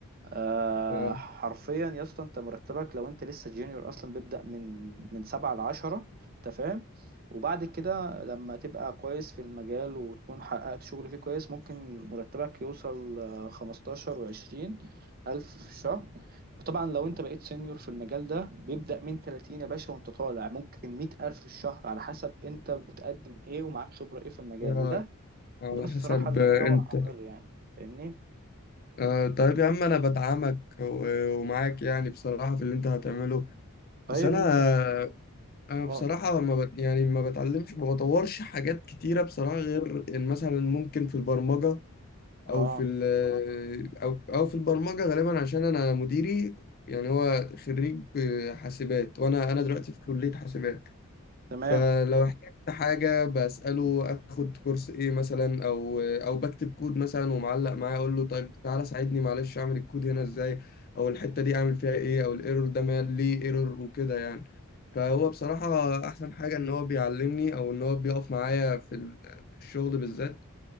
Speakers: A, on the right; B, on the left.
A: آه
B: آه،
A: حرفيا يا اسطى انت مرتبك لو انت لسه جونيور اصلا بيبدأ من من سبعة لعشرة انت فاهم وبعد كده لما تبقى كويس في المجال وتكون حققت شغل فيه كويس ممكن مرتبك يوصل آه، خمستاشر وعشرين ألف في الشهر وطبعا لو انت بقيت سينيور في المجال ده بيبدأ من تلاتين يا باشا وانت طالع ممكن مية ألف في الشهر على حسب انت بتقدم ايه ومعاك خبرة ايه في المجال
B: آه،
A: وده
B: على
A: وده الصراحة
B: حسب
A: اللي
B: آه،
A: انا ناوي
B: انت
A: اعمله يعني فاهمني
B: آه، طيب يا عم انا بدعمك و- ومعاك يعني بصراحة في اللي انت هتعمله
A: طيب
B: بس انا
A: انت
B: انا
A: اه
B: بصراحة ما بت يعني ما بتعلمش ما بطورش حاجات كتيرة بصراحة غير ان مثلا ممكن في البرمجة او
A: اه
B: في ال او او في البرمجه غالبا عشان انا مديري يعني هو خريج حاسبات وانا انا دلوقتي في كليه حاسبات
A: تمام
B: فلو احتجت حاجه بساله اخد كورس ايه مثلا او او بكتب كود مثلا ومعلق معاه اقول له طيب تعالى ساعدني معلش اعمل الكود هنا ازاي او الحته دي اعمل فيها ايه او الايرور ده مال- ليه ايرور وكده يعني فهو بصراحه احسن حاجه ان هو بيعلمني او ان هو بيقف معايا في ال- في الشغل بالذات